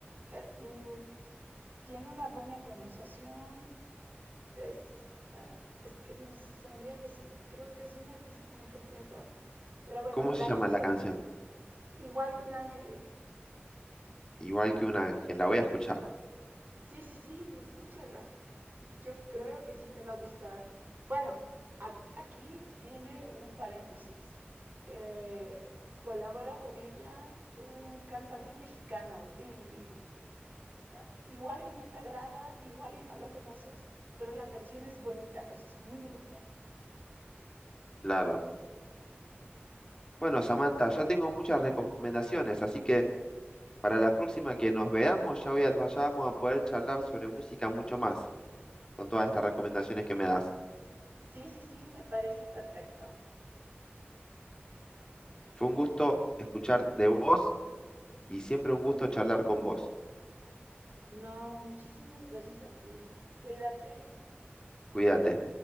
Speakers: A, on the right; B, on the left.
A: eh, mm, tiene una buena pronunciación, es, eh, es que no sabría decirte, creo que es una artista muy completa. Pero bueno,
B: ¿Cómo
A: la
B: se llama
A: canción,
B: la canción?
A: igual que un ángel,
B: Igual que un ángel, la voy a escuchar.
A: Sí, sí, sí, escúchala. Yo creo que sí te va a gustar. Bueno, a- aquí viene un paréntesis. Eh, colabora con ella un cantante mexicano y ah, igual y no te agrada, igual y no lo conoces, pero la canción es bonita, o sea, es muy bonita.
B: Claro. Bueno, Samantha, ya tengo muchas recomendaciones, así que Para la próxima que nos veamos, ya voy a, ya vamos a poder charlar sobre música mucho más, con todas estas recomendaciones que me das.
A: Sí, sí, sí, me parece perfecto.
B: Fue un gusto escuchar de vos y siempre un gusto charlar con vos.
A: No, muchísimas gracias a ti. Cuídate.
B: Cuídate.